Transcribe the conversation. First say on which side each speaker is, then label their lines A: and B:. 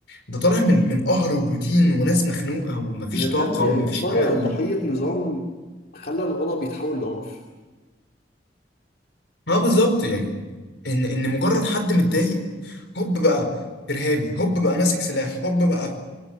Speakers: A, on the left; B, on the left.
A: ده طالع من من قهر وروتين وناس مخنوقة ومفيش
B: الإرهاب
A: طاقة
B: يعني
A: ومفيش
B: طالع
A: امل
B: ضحية نظام خلى الغضب يتحول لعنف
A: ما بالظبط يعني ان ان مجرد حد متضايق هوب بقى ارهابي هوب بقى ماسك سلاح هوب بقى